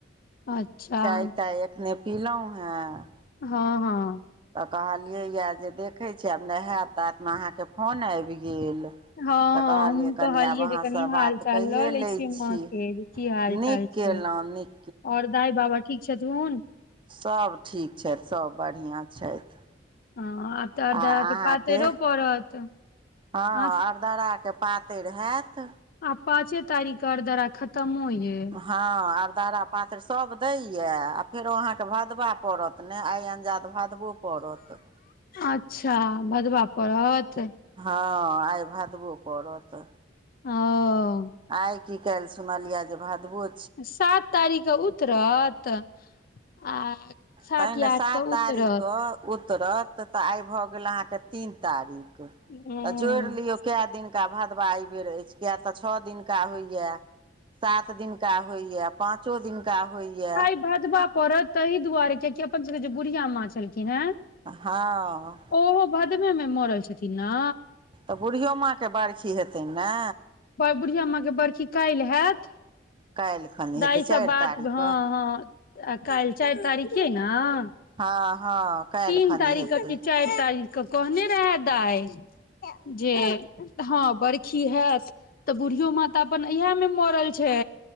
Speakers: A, on the left (about 50°); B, on the right (about 25°).
A: अच्छा।
B: चाय
A: हँ
B: ताय एखने पीलहुँ हें।
A: हँ हँ।
B: त कहलियैए जे देखैत छिय आब नहायब ताबतमे अहाँके फोन आबि गेल।
A: हँ
B: तऽ कहलियै
A: हम
B: कनि
A: कहलियै
B: आब अहाँसँ
A: जे कनि हाल
B: बात
A: चाल
B: कैए
A: ल लै
B: लैत
A: छियैन
B: छी
A: माँ के की हाल
B: नीक
A: चाल छै,
B: केलहुँ नीक
A: ओर दाइ बाबा ठीक छथुन।
B: सब ठीक छथि सब बढ़िया छथि।
A: हँ आब त अरदारा
B: आ अहाँके
A: के पातैरो पड़त।
B: हँ
A: अहाँ
B: अरदराके पातरि हैत।
A: आ पाँचे तारीख के अरदरा खतम होइ है।
B: हँ आरदारा पातैर सब दैये आ फेरो अहाँके भदबा पड़त। त नहि आइ अन्जाद भादबो पड़त।
A: अच्छा भदबा पड़त।
B: हँ आइ भदबो पड़त।
A: हुं।
B: आइ की काल्हि सुनलयियैये जे भादवो
A: सात तारीखके उतरत आ सात
B: तखन
A: या आठ के
B: तारीखके
A: उतरत।
B: उतरत त आइ भ गेल अहाँके तीन तारीख त
A: हँ
B: जोड़ि लियौ के दिन भदवा एहि बेर अछि किया त छ दिनका होइये। सात दिनका होइए पाँचो दिनका होइए।
A: भदबा पड़त ताहि दुआरे कियकि अपन सभके जे बुढ़िया माँ छलखिन हे
B: हँ।
A: ओहो भदवे मे मरल छथिन ने?
B: त बुढ़ियो माँके बारखी हेतैन ने?
A: बुढ़िया माँके बड़खी काल्हि हैत।
B: काल्हि खनि
A: भाइ
B: हेतै चारि
A: से बात
B: तारीखके
A: हँ हँ आ काल्हि चारि तारिख छियै न?
B: हँ हँ काल्हि
A: तीन
B: खनि
A: तारीख
B: हेतै
A: क कि चार तारीख क कहने रहे दाइ जे हँ बर्खी हेयत। तऽ बूढ़ियो माता अपन इह में मरल छै।